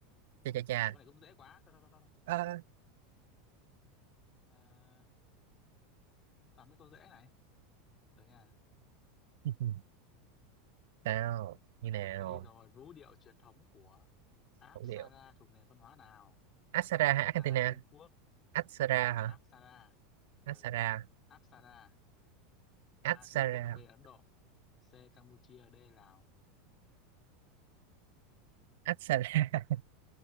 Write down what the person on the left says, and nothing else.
Ủa, cái này cũng dễ quá. Thôi, thôi, thôi, thôi. thôi.
À, tôi toàn mấy câu dễ này. Rồi nha.
Đây rồi, vũ điệu truyền thống của Apsara
thuộc nền văn hóa nào?
A. Trung Quốc.
Apsara.
Ừ. Apsara.
A. Trung Quốc. B. Ấn Độ. C. Campuchia. D. Lào.